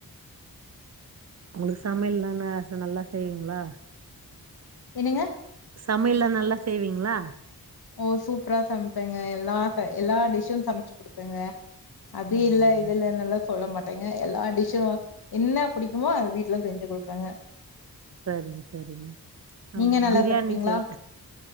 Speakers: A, on the right (about 45°); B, on the left (about 75°).
A: உங்களுக்கு சமையல்லா நா நல்லா செய்வீங்களா
B: என்னங்க
A: சமையல்லா நல்லா செய்வீங்களா
B: ஓ சூப்பரா சமைப்பேங்க எல்லா எல்லா டிஷ்சு சமைச்சி குடுப்பேங்க அது
A: ம்
B: இல்ல இது இல்லேனால சொல்ல மாட்டேங்க எல்லா டிஷு என்ன புடிக்குமோ அது வீட்ல செஞ்சு குடுப்பங்க
A: சரிங்க சரிங்க ஆ
B: நீங்க நல்லா
A: ப்ரியாணி
B: சமைப்பீங்களா
A: செய்